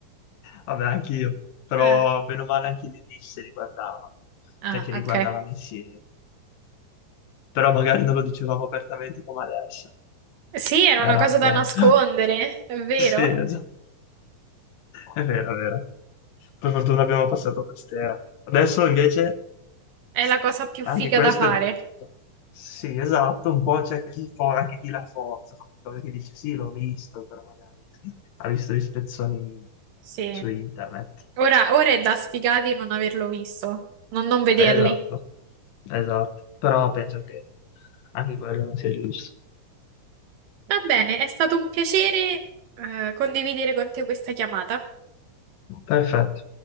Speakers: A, on the left; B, on the right.
A: Vabbè, anch'io, però
B: Eh,
A: bene o male anche i miei amici se li guardavano,
B: Ah,
A: cioè ci riguardavamo
B: ok.
A: insieme, però magari non lo dicevamo apertamente come adesso,
B: Sì, era
A: era
B: una cosa
A: un
B: da
A: po'...
B: nascondere,
A: <laughs>
B: è vero.
A: Sì, esatto, è vero, è vero. Per fortuna abbiamo passato quest'era. Adesso invece
B: È
A: s-
B: la cosa più
A: anche
B: figa
A: questo
B: da fare.
A: è brutto. Sì, esatto, un po' c'è chi for- anche chi la forza, come cosa che dice sì, l'ho visto, però magari ha visto gli spezzoni
B: Sì.
A: su internet.
B: Ora, ora è da sfigati non averlo visto, non non vederli.
A: Esatto, esatto, però penso che anche quello non sia giusto.
B: Va bene, è stato un piacere, eh, condividere con te questa chiamata.
A: Perfetto.